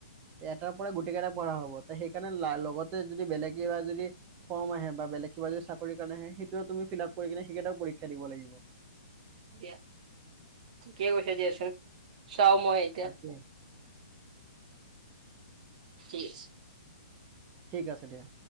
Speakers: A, on the right; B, on the right.
A: এটাৰ পৰা গোটেই কেইটা পঢ়া হ'ব সেইকাৰণে লগতে যদি বেলেগ কিবা যদি ফৰ্ম আহে বা বেলেগ কিবা যদি চাকৰিৰ কাৰণে আহে সেইটো তুমি ফিল আপ কৰি কিনে সেইকেইটাও পৰীক্ষা দিব লাগিব।
B: দিয়া ঠিকেই কৈছা দিয়াচোন চাও মই এতিয়া
A: তাকে
B: থিক আছে।
A: ঠিক, আছে দিয়া।